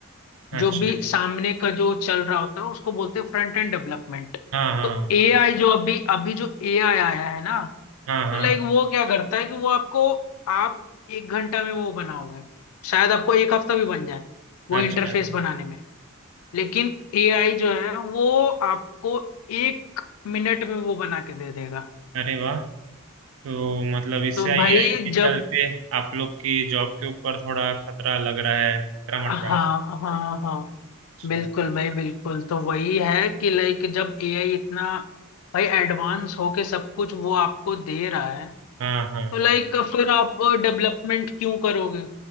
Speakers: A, on the left (about 85°); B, on the right (about 70°).
A: जो
B: अच्छा
A: भी सामने का जो चल रहा होता है उसको बोलते हैं फ्रंट एंड डेवलपमेंट
B: हाँ हाँ
A: तो
B: हाँ
A: एआई जो अभी अभी जो एआई आया है ना
B: हाँ हाँ
A: तो लाइक वो क्या करता है कि वो आपको आप एक घंटा में वो बनाओगे शायद आपको एक हफ्ता भी बन जाए वो
B: अच्छा
A: इंटरफेस
B: अच्छा।
A: बनाने में लेकिन एआई जो है वो आपको एक मिनट में वो बना के दे देगा
B: अरे वाह तो मतलब इससे
A: तो
B: एआई
A: भाई
B: के चलते
A: जब
B: आप लोग की जॉब के ऊपर थोड़ा खतरा लग रहा है खतरा
A: हाँ
B: मंडरा है
A: हाँ हाँ
B: अच्छा
A: बिल्कुल
B: अच्छा।
A: भाई बिल्कुल तो वही है कि लाइक जब एआई इतना भाई एडवांस होके सब कुछ वो आपको दे रहा है
B: हाँ हाँ
A: तो लाइक
B: हाँ
A: फिर आप डेवलपमेंट क्यों करोगे